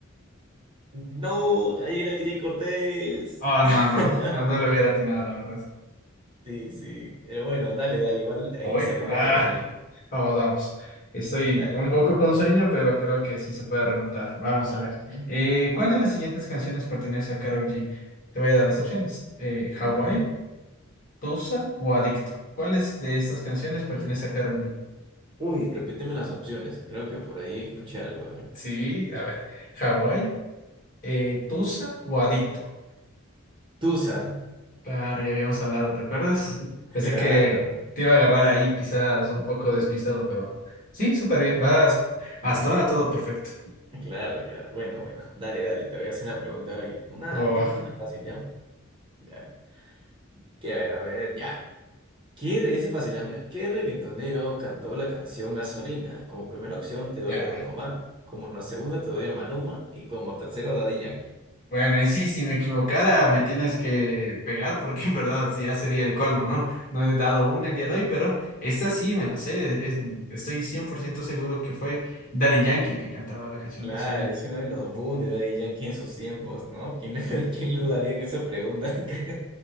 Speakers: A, on the right (about 25°); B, on the left (about 40°).
A: No, ahí era Jay Cortés.
B: Oh, no,
A: <laughs>
B: no, no, no lo hubiera atinado, la verdad.
A: Sí, sí. Pero bueno, dale, dale. Igual
B: Hoy,
A: ahí está como
B: va.
A: que reñido.
B: Vamos, vamos. Estoy
A: Dale,
B: con
A: dale.
B: un poco con sueño, pero creo que sí se puede remontar. Vamos a ver.
A: ¿Mm?
B: Eh, ¿cuál de las siguientes canciones pertenece a Karol G? Te voy a dar las opciones. Eh, ¿Hawái,
A: Dale.
B: Tusa o Adicto? ¿Cuáles de estas canciones pertenece a Karol G?
A: Uy, repíteme las opciones. Creo que por ahí escuché algo. a ver.
B: Sí, a ver. ¿Hawái, eh, Tusa o Adicto?
A: Tusa.
B: Claro, ya habíamos hablado, ¿te acuerdas? Pensé
A: Claro.
B: que te iba a agarrar ahí, quizás un poco despistado, pero sí, súper bien. Vas. Hasta ahora todo perfecto.
A: Claro, claro. Bueno, bueno. Dale, dale. Te voy a hacer la pregunta ahora yo. Una,
B: Va, va, va.
A: creo que una fácil, ¿ya? Ya. Que a ver, a ver, ya. ¿Qué re... Esa es fácil, ah, mira. ¿Qué reggaetonero cantó la canción Gasolina? Como primera opción te doy
B: Ya.
A: a Don Omar, como la segunda te doy a Maluma y como tercero a Daddy Yankee.
B: Bueno, y sí, si me equivocara, me tienes que pegar porque en verdad ya sería el colmo, ¿no? No he dado una el día de hoy, pero esta sí me la sé. es- estoy 100% seguro que fue Daddy Yankee el que cantaba la canción
A: Claro,
B: Gasolina,
A: es uno de los boom de Daddy Yankee en sus tiempos, ¿no? ¿Quién, le- <laughs>
B: de-
A: quién le dudaría en esa pregunta? <laughs> creo?